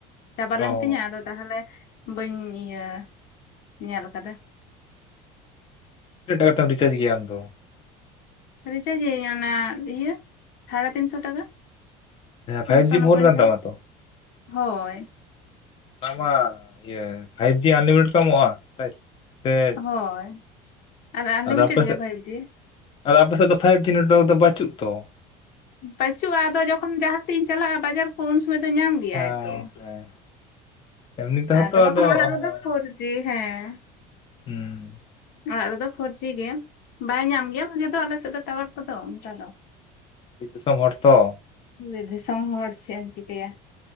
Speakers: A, on the left; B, on the left.
A: ᱪᱟᱵᱟ
B: ᱚ
A: ᱞᱮᱱ ᱛᱤᱧᱟᱹ ᱟᱫᱚᱼᱼ ᱛᱟᱦᱚᱞᱮ ᱵᱟᱹᱧ ᱤᱭᱟᱹ ᱧᱮᱞ ᱟᱠᱟᱫᱟ ᱾
B: ᱛᱤᱱᱟᱜ ᱴᱟᱠᱟ ᱛᱮᱢ ᱨᱤᱪᱟᱨᱡᱽ ᱜᱮᱭᱟ ᱟᱢ ᱫᱚ ᱾
A: ᱨᱤᱪᱟᱨᱡᱽ ᱤᱧ ᱚᱱᱟ ᱤᱭᱟᱹ ᱥᱟᱲᱮ ᱛᱤᱱᱥᱚ ᱴᱟᱠᱟ ᱾ ᱛᱤᱱᱥᱚ
B: ᱯᱷᱟᱭᱤᱵ ᱡᱤ
A: ᱩᱱ
B: ᱯᱷᱳᱱ
A: ᱯᱚᱧᱪᱟᱥ
B: ᱠᱟᱱ ᱛᱟᱢᱟ ᱛᱚ
A: ᱦᱳᱭ ᱾
B: ᱚᱱᱟ ᱢᱟ ᱤᱭᱟᱹ ᱯᱷᱟᱭᱤᱵ ᱡᱤ ᱟᱱᱞᱤᱢᱤᱴ ᱠᱚ ᱮᱢᱚᱜ-ᱟ ᱥᱮ ᱾
A: ᱦᱚᱭ ᱟᱨ ᱟᱱᱞᱤᱢᱤᱴᱰ
B: ᱟᱯᱮᱥᱮᱫ
A: ᱜᱮ ᱯᱷᱟᱭᱤᱵ ᱡᱤ ᱾
B: ᱟᱫᱚ ᱟᱯᱮ ᱥᱮᱫ ᱫᱚ ᱯᱷᱟᱭᱤᱵ ᱡᱤ ᱱᱮᱴᱣᱟᱨᱠ ᱫᱚ ᱵᱟᱹᱪᱩᱜ ᱛᱚ ᱾
A: ᱵᱟᱪᱩᱜ-ᱟ ᱟᱫᱚ ᱡᱚᱠᱷᱚᱱ ᱡᱟᱦᱟᱸ ᱥᱮᱫ ᱤᱧ ᱪᱟᱞᱟᱜ-ᱟ ᱵᱟᱡᱟᱨ ᱠᱚ ᱩᱱ ᱥᱚᱢᱚᱭ ᱫᱚ ᱧᱟᱢ ᱜᱮᱭᱟᱭ
B: ᱦᱮᱸ
A: ᱛᱚ ᱾
B: ᱦᱮᱸ ᱮᱢᱱᱤ ᱛᱮᱦᱚᱸ
A: ᱟᱫᱚ
B: ᱛᱚ
A: ᱵᱟᱠᱷᱟᱱ ᱚᱲᱟᱜ
B: ᱦᱮᱸ
A: ᱨᱮ ᱫᱚ ᱯᱷᱚᱨᱡᱤ ᱦᱮᱸ ᱾
B: ᱦᱩᱸ ᱾
A: ᱚᱲᱟᱜ ᱨᱮ ᱫᱚ ᱯᱷᱚᱨ ᱡᱤ ᱜᱮ ᱵᱟᱭ ᱧᱟᱢ ᱜᱮᱭᱟ ᱵᱷᱟᱜᱮ ᱫᱚ ᱟᱞᱮ ᱥᱮᱫ ᱫᱚ ᱴᱟᱣᱟᱨ ᱠᱚ ᱫᱚ ᱚᱱᱠᱟ ᱫᱚ ᱾
B: ᱵᱤᱨ ᱫᱤᱥᱚᱢ ᱦᱚᱲ ᱛᱚ ᱾
A: ᱵᱤᱨ ᱫᱤᱥᱚᱢ ᱦᱚᱲ ᱪᱮᱫ ᱮᱢ ᱪᱤᱠᱟᱹᱭᱟ